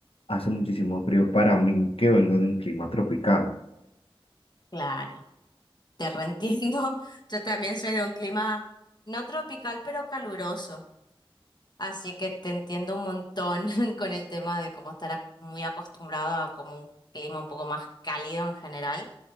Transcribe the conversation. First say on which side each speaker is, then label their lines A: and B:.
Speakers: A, on the left (about 75°); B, on the left (about 50°).
A: hace muchísimo frío para mí que vengo de un clima tropical.
B: Claro, te reentiendo. <laughs> Yo también soy de un clima no tropical, pero caluroso. Así que te entiendo un montón <laughs> con el tema de cómo estar ac- muy acostumbrado a como un clima un poco más cálido en general.